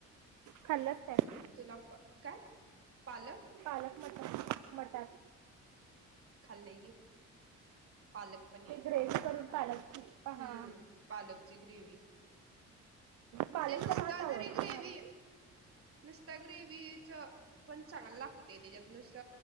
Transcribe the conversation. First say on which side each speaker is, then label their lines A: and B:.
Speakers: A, on the right; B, on the right.
A: खाल्ल्यास काय?
B: तुला प काय पालक?
A: पालक मटर मटार.
B: खाल्ले की पालक. पनीर
A: ते ग्रेव्ही
B: पालक
A: करून
B: मटर
A: पालकची पहा
B: हम्म पालकची ग्रेवी.
A: पालक
B: ते नुसता
A: तर भात आवडतो
B: जरी ग्रेवी
A: मला
B: नुसता ग्रेवीच. पण चांगल लागते त्याच्यात नुसत